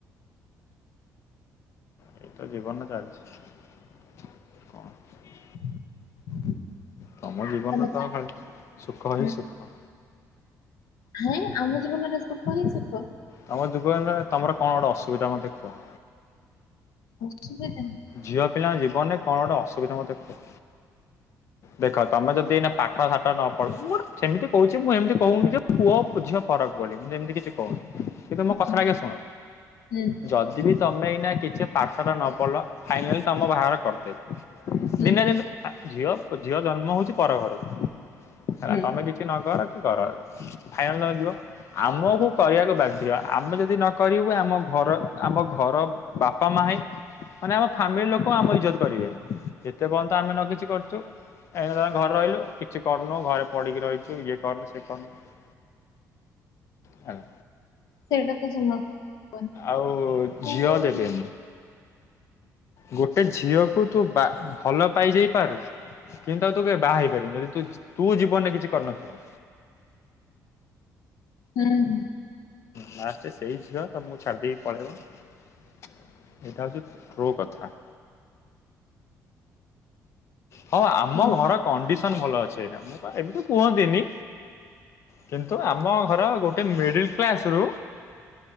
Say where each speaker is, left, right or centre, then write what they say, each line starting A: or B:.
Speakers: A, on the left; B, on the left.
A: ଏଇତ ଜୀବନ ଚାଲିଛି କଣ?
B: <inaudible>
A: ତମ ଜୀବନରେ
B: ତମେ
A: ତ
B: ଚା
A: ଖାଲି ସୁଖ
B: ହୁଁ,
A: ହିଁ ସୁଖ।
B: ହଁ ଆମ ଜୀବନରେ ସୁଖ ହିଁ ସୁଖ!
A: ତମର ଯୁବନରେ ତମର କଣ ଗୋଟେ ଅସୁବିଧା ମତେ କୁହ?
B: ଅସୁବିଧା!
A: ଝିଅ ପିଲାଙ୍କ ଜୀବନରେ କଣ ଗୋଟେ ଅସୁବିଧା ମତେ କୁହ! ଦେଖ ତମେ ଯଦି ଏଇ ପାଠ ସାଠ ନ ପଢ଼ ମୋର ସେମିତି କହୁଛି, ମୁଁ ଏମିତି କହୁନି ଯେ ପୁଅ ଝି ଫରକ ବୋଲି ମୁ ସେମିତି କିଛି କହୁନି। କିନ୍ତୁ ମୋ କଥାଟା
B: ହୁଁ
A: କି ଶୁଣ
B: ହୁଁ
A: ଯଦି ବି ତମେ ଏଇନା କିଛି ପାର୍ଶ ଟା ନ ପଢ଼ିଲ ଫାଇନଲ ତମ ବାହାଘର କରିଦେବେ
B: ହୁଁ
A: ଦିନ ଦ ଝିଅ ଝିଅ ଜନ୍ମ ହଉଛି, ପର ଘରକୁ ହେଲା
B: ହୁଁ
A: ତମେ କିଛି ନ କର କର ଫାଇନାଲ ତମେ ଯିବ ଆମକୁ
B: ହୁଁ,
A: କରିବାକୁ ବାଧ୍ୟ ଆମେ ଯଦି ନକରିବୁ ଆମ ଘର ଆମ ଘର ବାପା ମା ହଁ ମାନେ ଆମ ଫ୍ୟାମିଲି ଲୋକ ଆମ ଇଜ୍ଜତ କରିବେନି ଏତେ ପର୍ଯ୍ୟନ୍ତ ଆମେ ନ କିଛି କରୁଛୁ ଏଇ ଘରେ ରହିଲୁ କିଛି କରନୁ ଘରେ ପଡ଼ିକି ରହିଛୁ ଇଏ କରନୁ ସିଏ କରନୁ ହାଲୋ!
B: ସେଇଟା ତ ସମସ୍ତ ହୁଁ
A: ଆଉ
B: ହୁଁ
A: ଝିଅ ଦେବେନି ଗୋଟେ ଝିଅ କୁ ତୁ ବା ଭଲ ପାଇ ଯାଇ ପାରୁ କିନ୍ତୁ ଆଉ ତୁ କେ ବାହା ହେଇପାରିବୁ, ଯଦିୁ ତୁ ଜୀବନରେ କିଛି କରିନଥିବୁ।
B: ହୁଁ ହୁଁ।
A: ଲାଷ୍ଟରେ ସେଇ ଝିଅ ତମକୁ ଛାଡ଼ି ଦେଇକି ପଳେଇବ ଏଇଟ ହଉଛି ରୋ କଥା। ହଁ ଆମ
B: ହୁଁ
A: ଘର କଣ୍ଡିସନ ଭଲ ଅଛି, ଏଇନା ମୁଁ ଏବେ ତ କୁହନ୍ତିନି କିନ୍ତୁ ଆମ ଘର ଗୋଟେ ମିଡିଲ କ୍ଲାସ ରୁ